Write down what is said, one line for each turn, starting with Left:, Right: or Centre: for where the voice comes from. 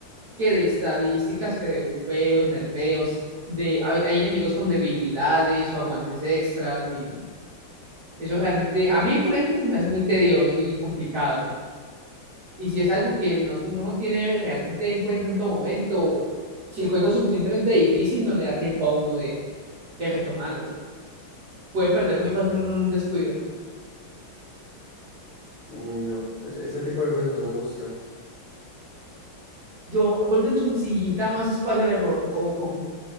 Right: que de estadísticas, que de bufeos, nerfeos, de hay, hay enemigos con debilidades o aguantes extras y eso realmente a mí, por ejemplo, se me hace muy tedioso y complicado. Y si es algo que no, uno no tiene realmente en cuenta en todo momento, si el juego es suficientemente difícil, no le da tiempo a uno de, de de retomarlo. Puede perder muy fácil uno en un descuido.
Left: Uy, no, ese, ese tipo de cosas no me gustan.
Right: Yo, Golden Sun sí da más espacio al error o cómo.